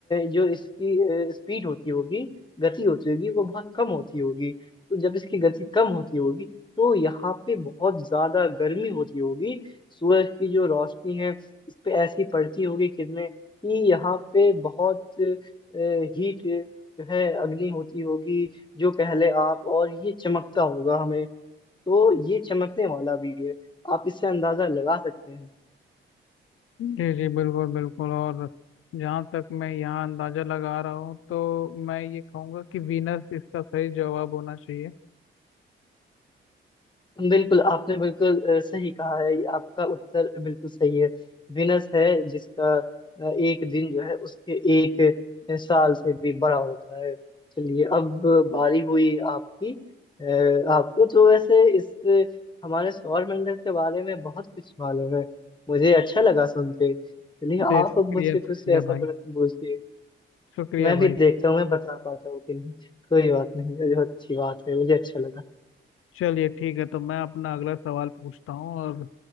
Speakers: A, on the left (about 20°); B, on the left (about 90°).
A: जो इसकी स्पीड होती होगी गति होती होगी वो बहुत कम होती होगी तो जब इसकी गति कम होती होगी तो यहाँ पे बहुत ज्यादा गर्मी होती होगी सूरज की जो रोशनी है इस पे ऐसी पड़ती होगी किरणें कि यहाँ पे बहुत हीट जो है अग्नि होती होगी जो कह ले आप और ये चमकता होगा हमें तो ये चमकने वाला भी है आप इससे अंदाजा लगा सकते हैं
B: जी जी बिल्कुल बिल्कुल और जहाँ तक मैं यहाँ अंदाज़ा लगा रहा हूँ तो मैं ये कहूँगा कि वीनस इसका सही जवाब होना चाहिए
A: बिल्कुल आपने बिल्कुल अ, सही कहा है आपका उत्तर बिल्कुल सही है विनस है जिसका अ, एक दिन जो है उसके एक अ, साल से भी बड़ा होता है चलिए अब बारी हुई आपकी अ, आपको तो वैसे इस हमारे सौरमंडल के बारे में बहुत कुछ मालूम है मुझे अच्छा लगा सुन के चलिए
B: जी
A: आप
B: शुक्रिया
A: अब मुझसे कुछ
B: शुक्रिया
A: ऐसा
B: भाई
A: प्रश्न पूछिए
B: शुक्रिया
A: मैं भी
B: भाई
A: देखता हूँ मैं बता पाता हूँ कि नहीं कोई बात नहीं ये बहुत अच्छी बात है मुझे अच्छा लगा
B: चलिए ठीक है तो मैं अपना अगला सवाल पूछता हूँ और